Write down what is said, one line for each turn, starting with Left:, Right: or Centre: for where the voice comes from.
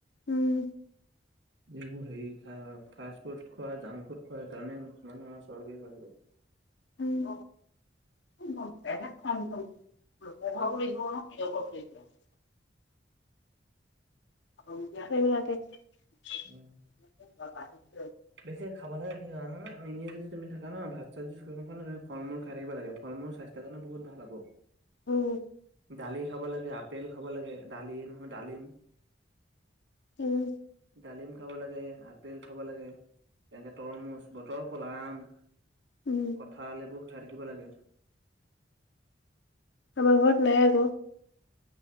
Left: উম।
Right: এইবোৰ হেৰি ফাষ্ট ফুড খোৱা জাংক ফুড খোৱা সেইকাৰণে মানুহম চৰ্গী হয় বেছি।
Left: উম। <unintelligible> <unintelligible>
Right: উম।
Left: <unintelligible>
Right: বেছি খাব নে? তুমি জানানে এনে যদি তুমি থাকা ন ভাত চাত যদি খোৱা নহয় ফল মূল খাই থাকিব লাগে ফল-মূল স্বাস্থ্যৰ কাৰণে বহুত ভাল আকৌ।
Left: উম।
Right: দালি খাব লাগে আপেল খাব লাগে দালি নহয় দালিম।
Left: উম।
Right: ডালিম খাব লাগে আপেল খাব লাগে। একে তৰমুজ বতৰ ফল আম।
Left: উম।
Right: কঠাল এইবোৰ খাই থাকিব লাগে।
Left: আমাৰ ঘৰত নাই আক।